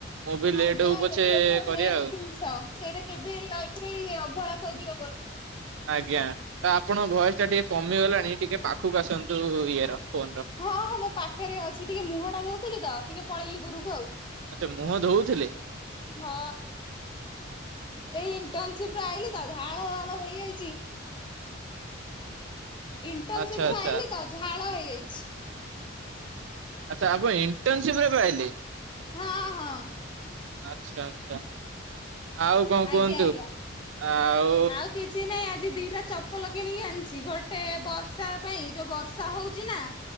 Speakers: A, on the right; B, on the left.
A: ମୁଁ ବି ଲେଟ୍
B: ଆଜ୍ଞା
A: ହଉ
B: ଆଜ୍ଞା
A: ପଛେ
B: ସେଇଠୁ ଆ
A: କରିବା
B: ମେନ୍
A: ଆଉ
B: ଦିନ୍ଷ ସେରା କେବେ ହେଲେ ଲାଇଫ୍ ରେ ଇଏ ଅବହେଳା କରିହବ
A: ଆଜ୍ଞା, ତ ଆପଣଙ୍କ ଭଏସ୍ ଟା ଟିକେ କମିଗଲାଣି ଟିକେ ପାଖୁକୁ ଆସନ୍ତୁ ଇଏର। ଫୋନ ର।
B: ହଁ ହଁ ମୁଁ ପାଖେରେ ଅଛି, ଟିକେ ମୁହଁଟା ଧୋଉଥିଲି ତ ଟିକେ ପଳେଇଲିି ଦୂରୁକୁ ଆଉ।
A: ଏ ମୁହଁ ଧୋଉଥୁଲେ?
B: ହଁ, ଏଇ ଇଣ୍ଟନ୍ ସିପ୍ ରୁ ଆଇଲି ତ ଝାଳ ୱାଳ ହେଇଆଇଚି। ଇଣ୍ଟନ୍ସିପ୍
A: ଆଚ୍ଛା
B: ରୁ
A: ଆଚ୍ଛା
B: ଆଇିଲ ତ ଝାଳ ହେଇଆଇଚି।
A: ଆଚ୍ଛା ଆପ ଇନ୍ଟସିପ୍ ରେ ବ ଆଇଲେ।
B: ହଁ, ହଁ।
A: ଆଚ୍ଛା ଆଚ୍ଛା। ଆଉ କଁ
B: ଆଜ୍ଞା
A: କୁହନ୍ତୁ।
B: ଆଜ୍ଞା।
A: ଆଉ
B: ଆଉ କିଛି ନାଇଁ ଆଜି ଦି ଇରା ଚପଲ କିଣିକି ଆଣିଛି, ଗୋଟେ ବର୍ଷା ପାଇଁ ଏ ଯୋଉ ବର୍ଷା ହୋଉଚି ନାଁ